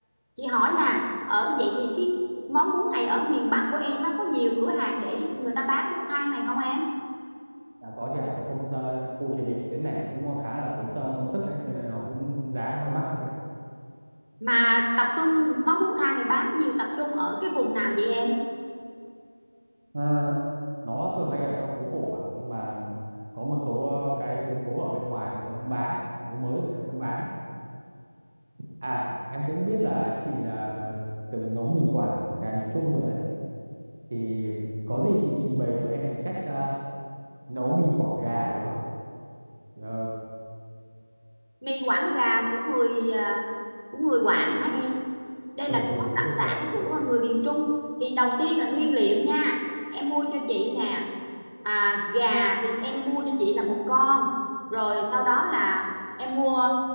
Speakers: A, on the right (about 80°); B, on the right (about 15°).
A: chị hỏi nè ở vậy thì cái món bún này ở miền Bắc của em á có nhiều cửa hàng để người ta bán bún thang này không em
B: đã có chị ạ cái công gia- khu chế biến này nó cũng khá là tốn à, công sức đấy cho nên nó cũng giá cũng hơi mắc đấy chị ạ
A: mà tập trung món bún thang này bán nhiều tập trung ở cái vùng nào vậy em
B: Ờ, nó thường hay ở trong phố cổ ạ nhưng mà có một số ờ, cái tuyến phố ở bên ngoài người ta cũng bán phố mới người ta cũng bán ấy à em cũng biết là chị là từng nấu mì Quảng gà miền Trung rồi ấy thì có gì chị trình bày cho em cái cách ờ, nấu mì Quảng gà được không Ờ,
A: mì Quảng gà của người à, của người Quảng hả em đây
B: ừ
A: là cái
B: ừ
A: món
B: đúng
A: đặc
B: rồi
A: sản
B: chị ạ
A: của người miền Trung thì đầu tiên là nguyên liệu nha em mua cho chị nè à, gà thì em mua cho chị là một con rồi sau đó là em mua